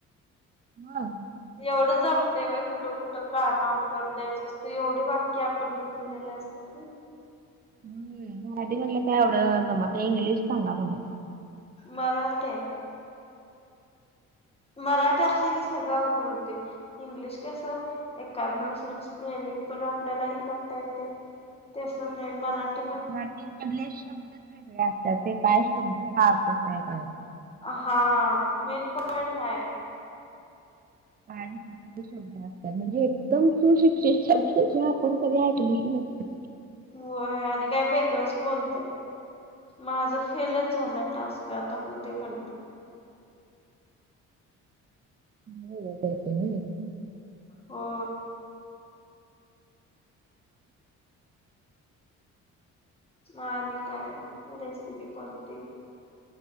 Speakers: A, on the right; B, on the left.
A: व्हय,
B: एवढं जमते व कुठं कुठं काना उकर द्यायचं असतं एवढे वाक्य आपण हे केलेले असते. <unintelligible>
A: हम्म मराठीमधलं काय आवडं जमना इंग्लिश सांगा म्हणून?
B: मराठी मराठी असले की सगळं घोळ होतोय. इंग्लिश कसे एकदा दुसर स्पेलिंग पण आपल्याला हे करता येतय. तस नाही मराठी,
A: मराठी मधले शब्दच वेगळे असतात ते काय शब्दाचा अर्थच नाही कळत.
B: हा मेन पॉइंट हाय,
A: पाणी पुसून, म्हणजे एकदम सुशिक्षित शब्द ते आपण कधी ऐकल नाही.
B: होय आणि काय वेगळंच बोलत्यात माझ फेलच झाला टास्क. का आता कोण ते म्हनल.
A: ह पडते मी,
B: हो, आणि काय रेसिपी कोणती?